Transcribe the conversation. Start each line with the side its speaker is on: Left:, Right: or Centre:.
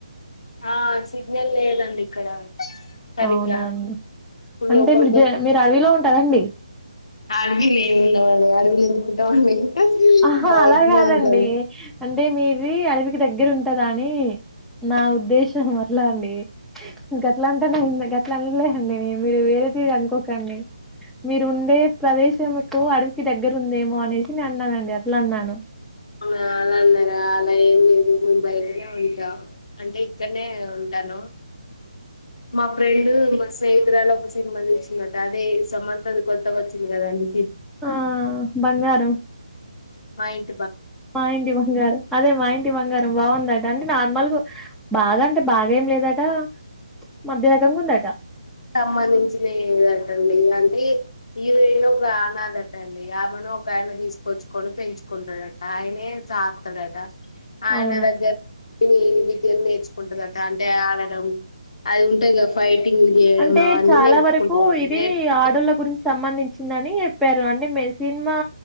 Left: ఆ సిగ్నల్ లేదండి ఇక్కడ సరిగ్గా
Centre: అవునా అండి
Left: ఇప్పుడు
Centre: అంటే
Left: లోపలికి
Centre: మీరు <unintelligible>
Left: వచ్చి
Centre: మీరు అడవిలో ఉంటారండి
Left: <unintelligible>
Centre: ఆహా
Left: బయటనే
Centre: అలా కాదండి
Left: ఉంటాం
Centre: అంటే మీది అడవికి దగ్గర ఉంటు <unintelligible> ఉద్దేశం అట్లా అండి గట్ల అంటే గట్ల అలే అండి మీరు వేరైతే అనుకో కండి మీరు ఉండే ప్రదేశంకు అడవికి దగ్గర ఉందేమో అనేసి నే అన్నానండి అట్ల అన్నాను
Left: అవునా అలా అన్నార అలా ఏం లేదు మేము బయటనే ఉంట అంటే ఇక్కడనే ఉం తను మా ఫ్రెండు మ స్నేహితురాలు ఒక సినిమా తీసిందంట అదే సమంత కొత్త వచ్చింది కదాండి
Centre: ఆ బంగారం
Left: <unintelligible>
Centre: మా ఇంటి బంగారం అదే మ బంగారం బాగుందట అంటే నార్మల్ బాగ అంటే బాగా ఏం లేదట మధ్యారకంగా వుందట
Left: సంబంధించిన ఏదటండి అంటే హీరోయిన్ ఒక ఆనదట్టండి ఆమ ఒక ఆయన తీసుకొచ్చుకొని పెంచుకుంటాడట ఆయనే సాక్తడట ఆయన
Centre: అవునా
Left: దగ్గర విద్యలు నేర్చుకుంటదట అంటే ఆడడం అది ఉంటది కదా ఫైటింగ్ చేయడం
Centre: అంటే
Left: అవన్నీ
Centre: చాలా
Left: నేర్చుకుంటదట
Centre: వరకు ఇది
Left: నేర్చుకొని
Centre: ఆడోళ్ళ గురించి సంబంధించిందని చెప్పారు అంటే సినిమా